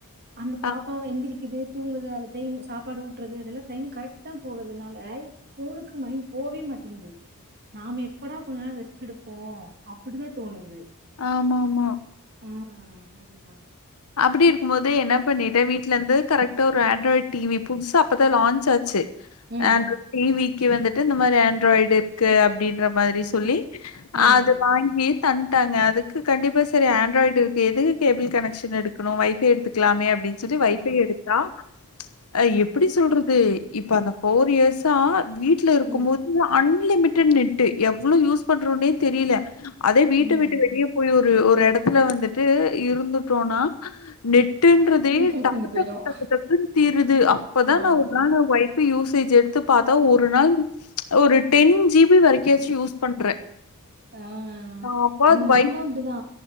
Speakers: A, on the right; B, on the left.
A: அந்த
B: அ
A: பாப்பாவ எந்திரிக்குது தூங்குது அந்த டைம் சாப்பாடு ஊட்டுறது அதெல்லா டைம் கரெக்டா போறதுனால ஃபோனுக்கு மைண்ட் போவே மாட்டேங்குது நாம எப்படா கொஞ்ச நேரம் ரெஸ்ட் எடுப்போ அப்படிதா தோணுது
B: ஆமா ஆமா
A: ஆ அதுதா
B: அப்டி இருக்கும் போது என்ன பண்ணிட்டே வீட்ல இருந்து கரெக்டா ஒரு ஆண்ட்ராய்டு டிவி புதுசா அப்பதா லான்ச் ஆச்சு
A: ம்.
B: ஆ டிவிக்கு வந்துட்டு இந்த மாரி ஆண்ட்ராய்டு இருக்கு அப்டின்ற மாரி சொல்லி
A: ம்.
B: அது வாங்கி தந்துட்டாங்க அதுக்கு கண்டிப்பா செரி ஆண்ட்ராய்டு இருக்கு எது கேபிள் கனெக்க்ஷன் எடுக்கணு வைஃபை எடுத்துக்கலாமே அப்டின்னு சொல்லி
A: ஆமா.
B: வைஃபை எடுத்தா ஆ எப்டி சொல்றது இப்ப அந்த ஃபோர் இயர்ஸா வீட்ல இருக்கு
A: ம்.
B: போது அன்லிமிட்டேட் நெட்டு எவ்ளோ யூஸ் பண்றோனே தெரில அதே வீட்ட
A: ம்.
B: விட்டு வெளியே போய் ஒரு ஒரு எடத்துல வந்துட்டு இருந்துட்டோன்னா நெட் நெட்டுன்றதே
A: சீக்கிரம்
B: டக்
A: தீந்து போயிடும்.
B: டக் டக் டக்குன்னு தீருது அப்பதா
A: ஆமா.
B: நா ஒரு நாள் வை யூசேஜ் எடுத்து பாத்தா ஒரு நாள் ஒரு டென் ஜி பி வரைக்காச்சு யூஸ் பண்றே
A: ஆ
B: நா அப்போ
A: இங்க
B: அது வை
A: நானு அப்டிதா